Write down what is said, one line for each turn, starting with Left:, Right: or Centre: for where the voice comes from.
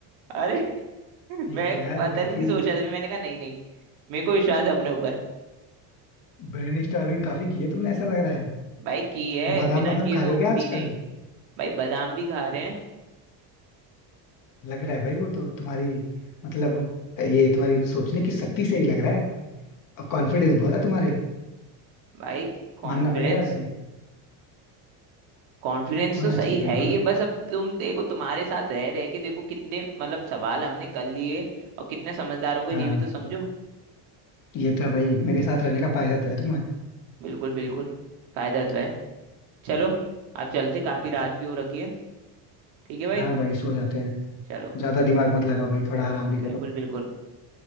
Right: अरे <laughs>
Left: ठीक
Right: मैं
Left: है यार
Right: बदलने
Left: काफी
Right: की सोच रहा था फिर मैंने कहा नहीं नहीं मेरे को विश्वास है अपने ऊपर
Left: ब्रेनस्टॉर्मिंग काफी की है तुमने ऐसा लग रहा है
Right: भाई की है
Left: बादाम
Right: बिना
Left: वादाम
Right: किए
Left: खा
Right: तो
Left: रहे हो
Right: होती
Left: क्या आजकल
Right: ही नहीं भाई बादाम भी खा रहे हैं
Left: लग रहा है भाई वो तो तुम्हारी मतलब ये तुम्हारी सोचने की शक्ति से ही लग रहा है और कॉन्फिडेंस बहुत है तुम्हारे
Right: भाई कॉन्फिडेंस
Left: मानना पड़ेगा वैसे
Right: कॉन्फिडेंस
Left: होना
Right: तो सही
Left: चाहिए
Right: है
Left: भाई
Right: ही
Left: होना
Right: है, बस अब तुम देखो तुम्हारे साथ रह रह के देखो कितने मतलब सवाल हमने कर लिए और कितने समझदार हो गए
Left: हाँ
Right: ये भी तो समझो
Left: ये तो है भाई मेरे साथ रहने का फायदा तो है तुम्हें
Right: बिल्कुल बिल्कुल फायदा तो है चलो आप चलते काफी रात भी हो रखी है ठीक है भाई
Left: हाँ भाई सो जाते हैं
Right: चलो
Left: ज्यादा दिमाग मत लगाओ भाई थोड़ा आराम भी करो
Right: बिल्कुल बिल्कुल